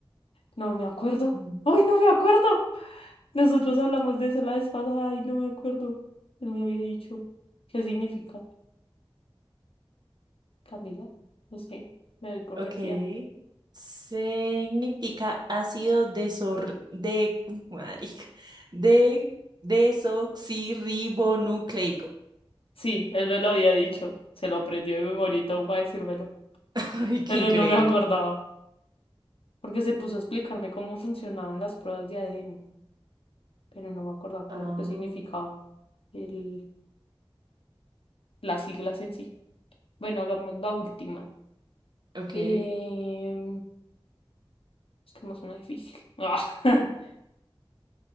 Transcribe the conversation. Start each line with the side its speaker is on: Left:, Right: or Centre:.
Left: No me acuerdo.
Right: Mm.
Left: ¡Ay,
Right: <laughs>
Left: no me acuerdo! Nosotros hablamos de eso la vez pasada y no me acuerdo. Él me había dicho. ¿Qué significa? Camila, no sé, me doy por
Right: Ok.
Left: vencida.
Right: Significa ácido desor de, marica, de desoxirribonucleico.
Left: Sí, él me lo había dicho. Se lo aprendió de memoria y todo para decírmelo.
Right: Ay, qué
Left: Pero
Right: increíble.
Left: no me acordaba. porque se puso a explicarme cómo funcionaban las pruebas de ADN, pero no me acordaba qué
Right: Ah,
Left: era lo que significaba el, las siglas en sí. Bueno, hagamos la última.
Right: ok.
Left: Em, es que me suena difícil. <laughs>